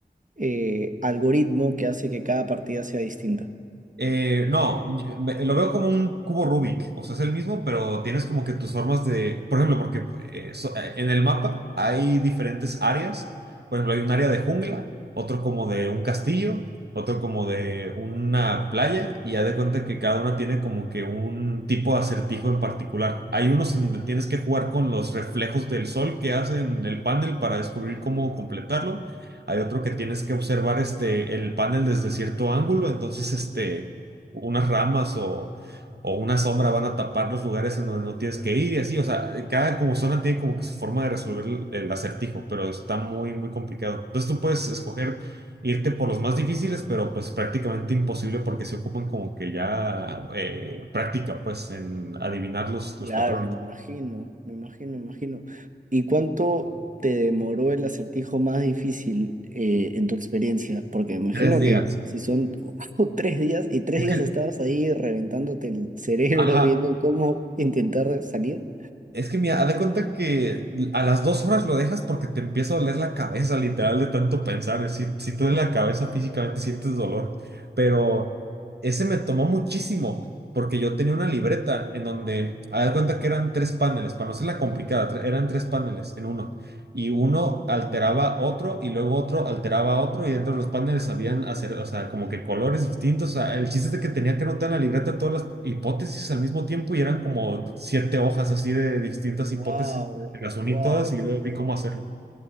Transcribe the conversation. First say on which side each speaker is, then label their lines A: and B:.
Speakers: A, on the right (about 50°); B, on the right (about 70°).
A: eh, algoritmo que hace que cada partida sea distinta.
B: Eh, no, yo- me- lo veo como un cubo Rubik, o sea, es el mismo, pero tienes como que tus formas de, por ejemplo, porque eh, so- eh, en el mapa hay diferentes áreas, por ejemplo, hay un área de jungla, otro como de un castillo, otro como de una playa, y haz de cuenta que cada una tiene como que un tipo de acertijo en particular. Hay unos en donde tienes que jugar con los reflejos del sol que hacen el panel para descubrir cómo completarlo. Hay otro que tienes que observar este, el panel desde cierto ángulo, entonces este unas ramas o, o una sombra van a tapar los lugares en donde no tienes que ir y así. O sea, cada como zona tiene como que su forma de resolver el, el acertijo, pero está muy, muy complicado. Entonces tú puedes escoger irte por los más difíciles, pero pues prácticamente imposible porque se ocupan como que ya eh, práctica, pues, en adivinar los, los
A: Claro,
B: patrones.
A: me imagino, me imagino, me imagino. ¿Y cuánto te demoró el acertijo más difícil eh, en tu experiencia? Porque me imagino
B: Tres días.
A: que si son <laughs> tres días y tres
B: Es
A: días
B: que
A: estabas ahí reventándote el cerebro
B: Ajá,
A: <laughs> viendo cómo intentar salir.
B: Es que mira, haz de cuenta que a las dos horas lo dejas porque te empieza a doler la cabeza, literal, de tanto pensar. Si, si tú en la cabeza físicamente sientes dolor. Pero ese me tomó muchísimo porque yo tenía una libreta en donde, haz de cuenta que eran tres paneles, para no ser la complicada, tre- eran tres paneles en uno y uno alteraba otro y luego otro alteraba otro y dentro de los paneles habían hacer, o sea, como que colores distintos. O sea, el chiste es de que tenía que anotar en la libreta todas las hipótesis al mismo tiempo y eran como siete hojas así de distintas hipótesis.
A: Wow,
B: Las
A: wow,
B: uní todas y luego
A: wow.
B: vi cómo hacerlo.